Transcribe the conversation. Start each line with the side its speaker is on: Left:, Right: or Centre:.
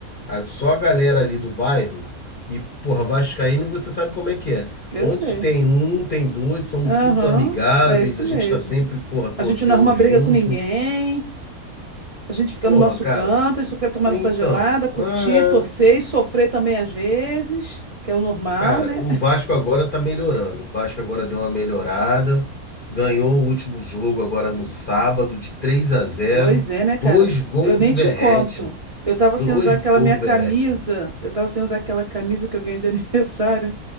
Left: É só a galera ali do bairro. E, porra, Vascaíno, você sabe como é que é.
Right: Eu
Left: Onde
Right: sei.
Left: tem um, tem dois, somos
Right: Aham,
Left: todos amigáveis,
Right: é isso
Left: a
Right: mesmo.
Left: gente tá sempre, porra, torcendo
Right: A gente não arruma briga
Left: junto.
Right: com ninguém, a gente fica
Left: Porra,
Right: no nosso
Left: cara,
Right: canto, a gente só quer tomar
Left: então.
Right: nossa gelada, curtir,
Left: ah,
Right: torcer e sofrer também às vezes, que é o normal,
Left: Cara,
Right: né?
Left: o Vasco agora tá melhorando. O Vasco agora deu uma melhorada. Ganhou o último jogo agora no sábado de 3 a zero,
Right: Pois é, né,
Left: dois
Right: cara?
Left: gols
Right: Eu nem
Left: do
Right: te
Left: Verratti,
Right: conto. Eu tava
Left: dois
Right: sem usar aquela
Left: gols
Right: minha
Left: do
Right: camisa.
Left: Verratti.
Right: Eu tava sem usar aquela camisa que eu ganhei de <laughs> aniversário